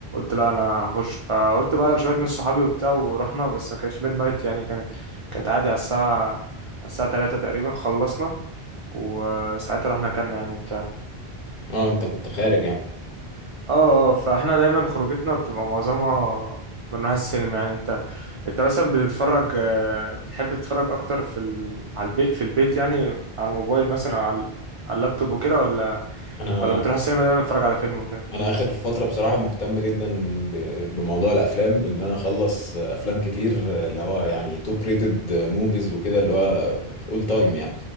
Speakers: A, on the right (about 55°); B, on the left (about 55°).
A: لا انا هخش فقلت بقى لشويه ناس صحابي وبتاع ورحنا بس ما كانتش ميد نايت يعني كانت كانت عادي على الساعه على الساعه 3 تقريبا خلصنا وساعتها رحنا اكلنا يعني وبتاع
B: اه انت كنت خارج يعني
A: اه اه فاحنا دايما خروجتنا بتبقى معظمها من نوع السينما يعني انت انت مثلا بتتفرج آه، بتحب تتفرج اكتر في ال... على البيت في البيت يعني على الموبايل مثلا او على على اللابتوب وكده ولا
B: انا
A: ولا بتروح السينما دايما تتفرج على فيلم وكده
B: انا اخر فتره بصراحه مهتم جدا ب- بموضوع الافلام ان انا اخلص افلام كتير اللي هو يعني توب ريتد موفيز وكده اللي هو اول تايم يعني